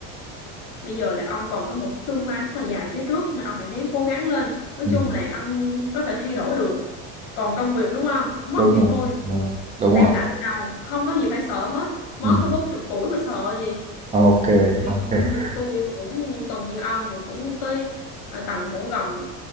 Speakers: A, on the left (about 60°); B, on the right (about 20°).
A: bây giờ là ông còn có một tương lai rất là dài phía trước nên ông phải ráng cố gắng lên nói
B: ừm,
A: chung là ông có thể thay đổi được còn công việc đúng không mất
B: đúng
A: thì
B: rồi,
A: thôi
B: ờ, đúng
A: làm
B: rồi,
A: lại từ đầu không có gì phải sợ hết mới
B: ừm,
A: có bốn chục tuổi mà sợ gì
B: ok
A: tôi
B: ok
A: thì
B: ô
A: tôi cũng từng như ông rồi cũng tới à, tầm cũng gần